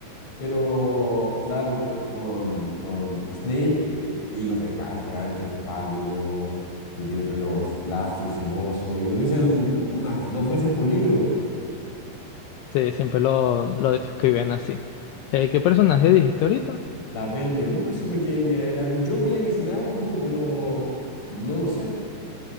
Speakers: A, on the left; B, on the left.
A: pero claro, con, con, con Snape eh, y lo recalcan, que es pálido, que tiene el pelo lacio y ceboso, y lo dicen unas dos veces por libro.
B: Sí, siempre lo, lo describen así. Eh, ¿qué personaje dijiste ahorita?
A: La Bender, nunca supe qué etnia era. Yo me la imaginaba hindú, pero no lo sé.